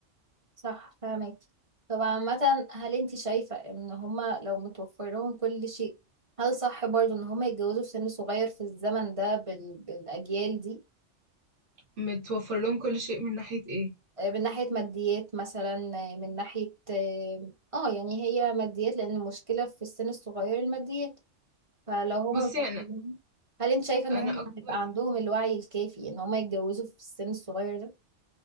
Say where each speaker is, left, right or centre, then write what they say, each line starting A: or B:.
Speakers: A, on the right; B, on the right.
A: صح فهماكي طب عامة هل انتي شايفة إن هما لو متوفر لهم كل شيء هل صح برضه إن هما يتجوزوا في سن صغير في الزمن ده بال... بالأجيال دي
B: متوفر لهم كل شيء من ناحية ايه
A: آه، من ناحية ماديات مثلا آه، من ناحية اه آه، يعني هي ماديات لأن المشكلة في السن الصغير الماديات فلو هما
B: بصي
A: متوفرين
B: انا
A: هل انت شايفة ان
B: انا
A: هما
B: اكبر
A: هيبقى عندهم الوعي الكافي ان هما يتجوزوا في السن الصغير ده